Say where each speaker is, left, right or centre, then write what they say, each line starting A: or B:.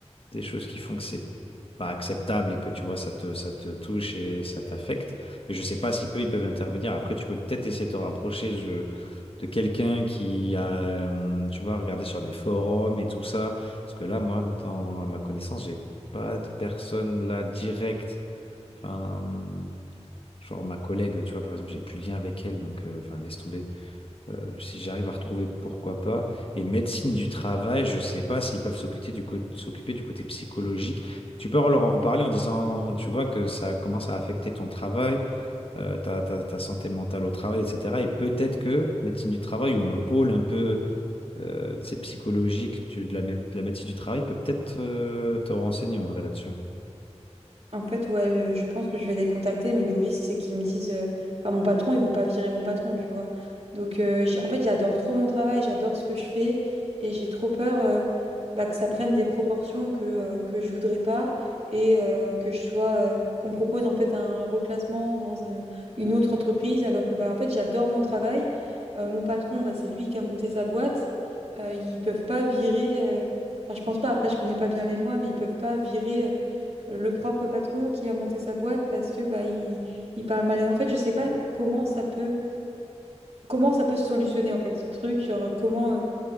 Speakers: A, on the left (about 55°); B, on the right (about 60°).
A: des choses qui font que c'est pas acceptable et que tu vois, ça te, ça te touche et ça t'affecte. Mais je sais pas si eux, ils peuvent intervenir. Après, tu peux peut-être essayer de te rapprocher je- de quelqu'un qui a, euh, tu vois, regardé sur des forums et tout ça. Parce que là, moi, dans, à ma connaissance, j'ai pas de personne là directe. Enfin, hum, genre ma collègue, tu vois, par exemple, j'ai plus de lien avec elle, donc, euh, enfin, laisse tomber. Euh, si j'arrive à retrouver, pourquoi pas. Et médecine du travail, je sais pas s'ils peuvent s'occuper du cô- s'occuper du côté psychologique. Tu peux leur en parler en disant, tu vois, que ça commence à affecter ton travail, euh, ta, ta- ta santé mentale au travail, etc. Et peut-être que médecine du travail ou un pôle un peu euh, tu sais, psychologique tu- de la, mé- de la médecine du travail peut peut-être euh, te renseigner en vrai là-dessus.
B: En fait, ouais, le- je pense que je vais les contacter, mais le risque, c'est qu'ils me disent, euh, par mon patron, ils vont pas virer mon patron, tu vois. Donc, euh, j'ai- en fait, j'adore trop mon travail, j'adore ce que je fais, et j'ai trop peur euh, bah, que ça prenne des proportions que, euh, que je voudrais pas, et euh, que je sois, euh, qu'on me propose en fait un reclassement dans euh, une autre entreprise, alors que, bah, en fait, j'adore mon travail. Euh, mon patron, bah, c'est lui qui a monté sa boîte. Euh, ils peuvent pas virer. euh, Enfin, je pense pas. Après, je connais pas bien les lois, mais ils peuvent pas virer. euh, le propre patron qui a monté sa boîte parce que bah il, il parle mal. Et en fait, je sais pas comment ça peut comment ça peut se solutionner en fait ce truc, genre euh, comment euh,